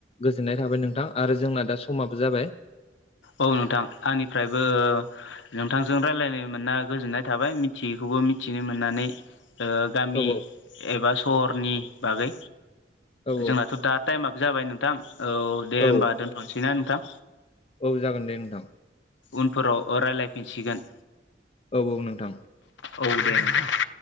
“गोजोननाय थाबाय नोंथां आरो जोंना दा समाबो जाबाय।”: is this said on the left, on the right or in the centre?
Left